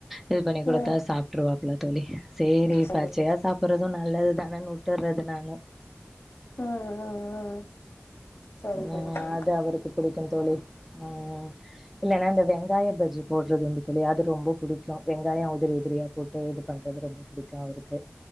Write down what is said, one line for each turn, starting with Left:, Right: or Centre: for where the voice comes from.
Centre: இது பண்ணி கொடுத்தா
Left: ம்.
Centre: சாப்ருவார் இல்ல தோழி சேரி
Left: சரி
Centre: பச்சையா
Left: சரி
Centre: சாப்பிடறது நல்லது தான உட்டறது நானு
Left: ம் ம் ம் சரி
Centre: ம்
Left: சரி சரி
Centre: அதான் அவருக்கு புடிக்கும் தோழி ம் இல்லன்னா இந்த வெங்காய பஜ்ஜி போடுறது உண்டு தோழி அது ரொம்ப புடிக்கும் வெங்காயம் உதிரி உதிரியா போட்டு இது பண்றது ரொம்ப புடிக்கும் அவருக்கு